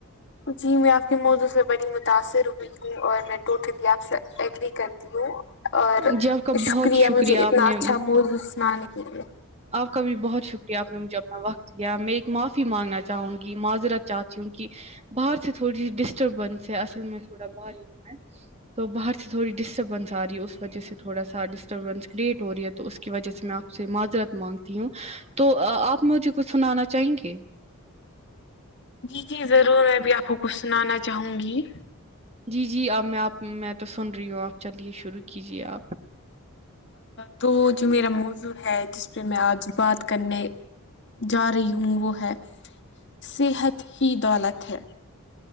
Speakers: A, on the left (about 55°); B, on the right (about 30°).
A: جی میں آپ کی موضوع سے بڑی متاثر ہوئی ہوں اور میں ٹوٹلی آپ سے ایگری کر ہوں اور
B: جی آپ کا بہت
A: شکریہ مجھے
B: آپ
A: اتنا
B: نے
A: اچھا موضوع سنانے کے لیے
B: آپ کا بھی بہت شکریہ آپ نے مجھے اپنا وقت دیا میں ایک معافی مانگنا چاہوں گی معذرت چاہتی ہوں کہ باہر سے تھوڑی سی ڈسٹربنس ہے اصل میں تھوڑا باہر ہی میں تو باہر سے تھوڑی سی ڈسٹربینس آ رہی ہے اس وجہ سے تھوڑا سا ڈسٹربینس کریٹ ہو رہی ہے تو اس کی وجہ سے میں آپ سے معذرت مانگتی ہوں تو آپ مجھے کچھ سنانا چاہیں گے
A: جی جی ضرور میں بھی آپ کو کچھ سنانا چاہوں گی
B: جی جی اب میں آپ میں تو سن رہی ہوں آپ چلیے شروع کیجے آپ
A: تو جو میرا موضوع ہے جس پہ میں آج بات کرنے جا رہی ہوں وہ ہے صحت ہی دولت ہے